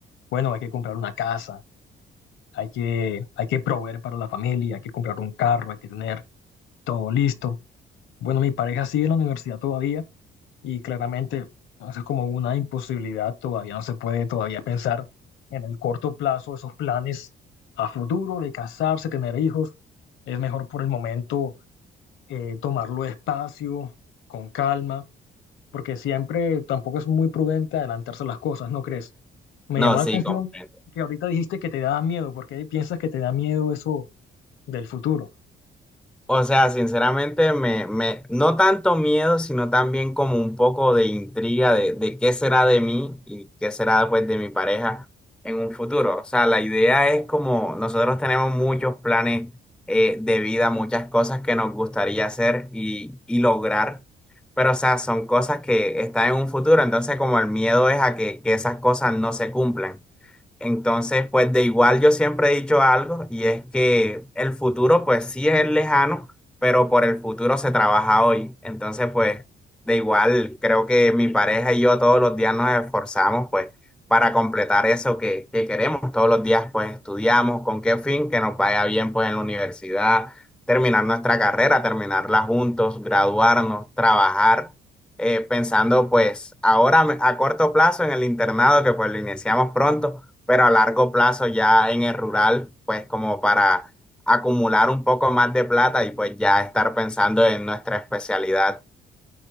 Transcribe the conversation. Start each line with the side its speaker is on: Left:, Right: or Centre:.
Left: bueno, hay que comprar una casa, hay que, hay que proveer para la familia, hay que comprar un carro, hay que tener todo listo. Bueno, mi pareja sigue en la universidad todavía y claramente eso es como una imposibilidad, todavía no se puede todavía pensar en el corto plazo esos planes a futuro de casarse, tener hijos, es mejor por el momento eh, tomarlo despacio, con calma, porque siempre tampoco es muy prudente adelantarse las cosas, ¿no crees? Me
Centre: No,
Left: llamó la
Centre: sí,
Left: atención
Centre: comprendo.
Left: que ahorita dijiste que te da miedo, ¿por qué piensas que te da miedo eso del futuro?
Centre: O sea, sinceramente, me, me, no tanto miedo, sino también como un poco de intriga de, de qué será de mí y qué será pues de mi pareja en un futuro. O sea, la idea es como nosotros tenemos muchos planes eh, de vida, muchas cosas que nos gustaría hacer y, y lograr, pero o sea, son cosas que están en un futuro, entonces como el miedo es a que, que esas cosas no se cumplan. Entonces, pues de igual yo siempre he dicho algo y es que el futuro pues sí es lejano, pero por el futuro se trabaja hoy. Entonces, pues
Left: Sí, claro.
Centre: de igual creo que mi pareja y yo todos los días nos esforzamos pues para completar eso que, que queremos. Todos los días pues estudiamos con qué fin, que nos vaya bien pues en la universidad, terminar nuestra carrera, terminarla juntos, graduarnos, trabajar eh, pensando pues ahora a corto plazo en el internado que pues lo iniciamos pronto pero a largo plazo ya en el rural, pues como para acumular un poco más de plata y pues ya estar pensando en nuestra especialidad.